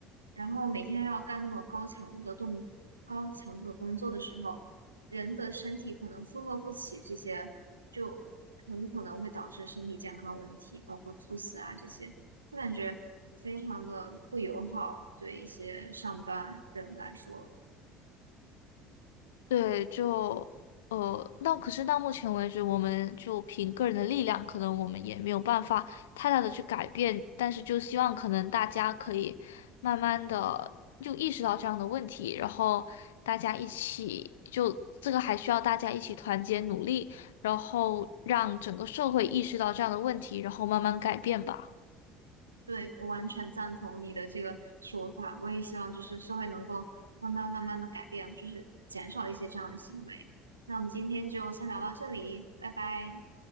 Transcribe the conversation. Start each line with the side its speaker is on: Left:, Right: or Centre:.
Right: 然后每天要干那么高强度的动、高强度的工作的时候，人的身体可能负荷不起这些，就很可能会导致身体健康问题，包括猝死啊这些，我感觉非常的不友好，对一些上班人来说。
Left: 对，就呃，那可是到目前为止，我们就凭个人的力量，可能我们也没有办法太大的去改变，但是就希望可能大家可以慢慢的就意识到这样的问题，然后大家一起就这个还需要大家一起团结努力，然后让整个社会意识到这样的问题，然后慢慢改变吧。
Right: 对，我完全赞同你的这个说法。我也希望就是社会能够慢慢慢慢的改变，就是减少一些这样的行为。那我们今天就先聊到这里，拜拜。